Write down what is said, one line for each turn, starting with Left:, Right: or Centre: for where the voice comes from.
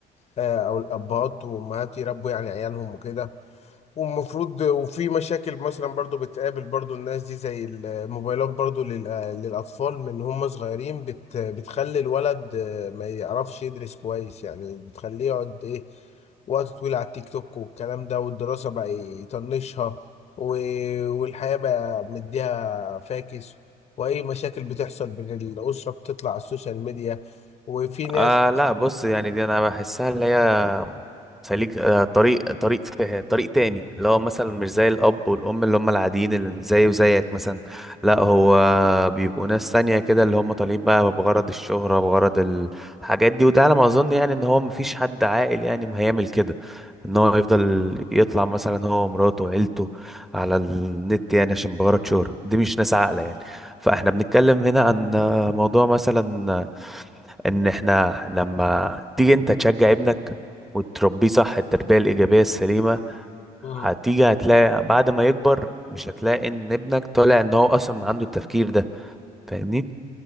Left: آه، او الابهات وامهات يربوا يعني عيالهم وكده ومفروض وفي مشاكل مثلا برضو بتقابل برضو الناس دي زي الموبايلات برضو لل- للأطفال من هم صغيرين بت بتخلي الولد ما يعرفش يدرس كويس يعني بتخليه يقعد إيه وقت طويل على التيك توك والكلام ده والدراسة بقى يطنشها و- والحياة بقى مديها فاكس وأي مشاكل بتحصل بين الأسرة بتطلع على السوشيال ميديا وفي ناس
Centre: آه لا بص يعني دي انا بحسها اللي هي سليك آه طريق طريق فيه طريق تاني اللي هو مثلا مش زي الاب والام اللي هم العاديين اللي زي وزيك مثلا لا هو بيبقوا ناس تانية كده اللي هم طالعين بقى بغرض الشهرة بغرض ال- الحاجات دي وده على ما اظن يعني ان هو مفيش حد عاقل يعني ما هيعمل كده ان هو يفضل يطلع مثلا هو ومراته وعيلته على النت يعني عشان بغرض شهرة دي مش ناس عاقلة يعني فاحنا بنتكلم هنا عن آه، موضوع مثلا ان احنا لما تيجي انت تشجع ابنك وتربيه صح التربية الإيجابية السليمة هتيجي
Left: اه
Centre: هتلاقي بعد ما يكبر مش هتلاقي ان ابنك طالع ان هو اصلا عنده التفكير ده فاهمني